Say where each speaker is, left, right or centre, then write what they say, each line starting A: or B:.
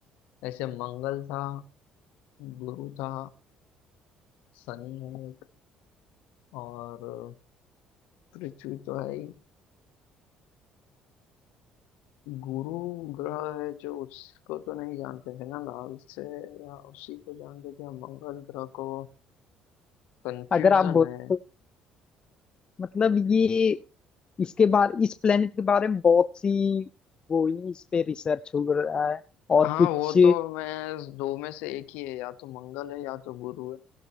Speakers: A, on the left; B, on the left.
A: ऐसे मंगल था गुरु था शनि है एक और पृथ्वी तो है ही गुरु ग्रह है जो उसको तो नहीं जानते थे ना लाल से या उसी को जानते थे या मंगल ग्रह को कंफ्यूजन
B: अगर आप बोलते
A: है
B: मतलब ये इसके बारे इस प्लेनेट के बारे में बहुत सी वो हुई, इस पे रिसर्च हो रहा है और
A: हाँ
B: कुछ
A: वो तो मैं दो में से एक ही है या तो मंगल है या तो गुरु है